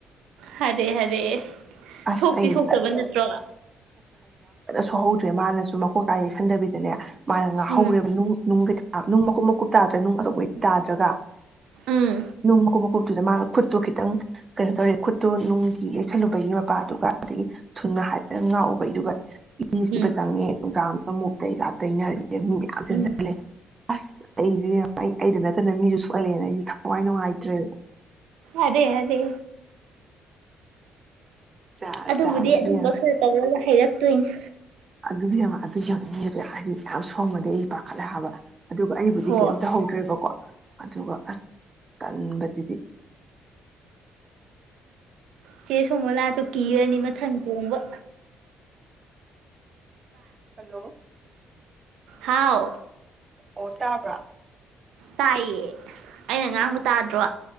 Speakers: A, on the right; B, on the right.
A: ꯐꯔꯦ ꯍꯥꯏꯔꯦ
B: ꯑꯁ
A: ꯁꯣꯛꯇꯤ
B: ꯑꯩ
A: ꯁꯣꯛꯇꯕ
B: ꯖꯔ
A: ꯅꯠꯇ꯭ꯔꯣ
B: ꯁꯨꯍꯧꯗ꯭ꯔꯦ ꯃꯥꯅꯁꯨ ꯃꯈꯣꯛ ꯀꯥꯏꯩ ꯈꯟꯗꯕꯤꯗꯅꯦ ꯃꯥꯅ ꯉꯥꯍꯧꯔꯦꯕ
A: ꯎꯝ
B: ꯅꯨꯡ ꯅꯨꯡꯒ ꯅꯨꯡ ꯃꯀꯨꯞ ꯃꯀꯨꯞ ꯇꯥꯗ꯭ꯔꯥ ꯅꯨꯡ ꯑꯇꯧꯕꯩꯗꯤ ꯇꯥꯗ꯭ꯔꯒ
A: ꯎꯝ
B: ꯅꯨꯡ ꯃꯀꯨꯞ ꯃꯀꯨꯞꯇꯨꯗ ꯃꯥꯅ ꯈꯨꯠꯇꯣ ꯈꯤꯇꯪ ꯀꯩꯅꯣ ꯇꯧꯔꯦ ꯈꯨꯠꯇꯣ ꯅꯨꯡꯒꯤ ꯌꯩꯁꯜꯂꯨꯕꯒꯤ ꯃꯄꯥꯗꯨꯒ ꯑꯗꯒꯤ ꯊꯨꯅ ꯍꯥꯏꯔꯒ ꯉꯥꯛꯎꯕꯩꯗꯨꯒ ꯏꯁꯤꯗ
A: ꯎꯝ
B: ꯆꯪꯉꯦ ꯀ ꯑꯃꯨꯇꯒ ꯇꯩꯅꯔꯦ ꯃꯌꯥꯝ ꯆꯁꯤꯜꯂꯦ
A: ꯎꯝ
B: ꯑꯁ ꯑꯩꯁꯨ ꯑꯩ ꯑꯩꯗ ꯅꯠꯇꯅ ꯃꯤꯁꯨ ꯁꯣꯛꯍꯜꯂꯦꯅ ꯑꯩꯁꯨ ꯊꯋꯥꯏ ꯅꯨꯡꯉꯥꯏꯇ꯭ꯔꯦ
A: ꯑꯗꯦ ꯑꯗꯦ
B: ꯖꯥꯠ
A: ꯑꯗꯨꯕꯨꯗꯤ
B: ꯖꯥꯠꯅꯤ
A: ꯑꯗꯨꯝꯕ
B: ꯏꯕꯦꯝꯃ
A: ꯈꯔ ꯇꯧꯔꯒ ꯍꯥꯏꯔꯛꯇꯣꯏꯅꯦ
B: ꯑꯗꯨꯒꯤꯅꯦ ꯑꯗꯨ ꯌꯧꯅꯤꯡꯉꯤꯗꯤ ꯍꯥꯏꯗꯤ ꯌꯥꯝ ꯁꯣꯡꯃꯗꯤ ꯑꯩ ꯄꯥꯈꯠꯂꯦ ꯍꯥꯏꯕ ꯑꯗꯨꯒ ꯑꯩꯕꯨꯗꯤ
A: ꯍꯣ
B: ꯀꯩꯝꯇ ꯍꯧꯧꯗ꯭ꯔꯦꯕꯀꯣ ꯑꯗꯨꯒ ꯑꯁ ꯀꯟꯕꯗꯨꯗꯤ
A: ꯆꯦ ꯁꯣꯡꯃꯣ ꯂꯥꯛꯗꯣ ꯀꯤꯔꯅꯤ ꯃꯊꯪ ꯊꯣꯡꯕ
B: ꯍꯜꯂꯣ
A: ꯍꯥꯎ
B: ꯑꯣ ꯇꯕ꯭ꯔꯥ
A: ꯇꯥꯏꯌꯦ ꯑꯩꯅ ꯉꯥꯡꯕ
B: ꯎꯝ
A: ꯇꯥꯗ꯭ꯔꯣ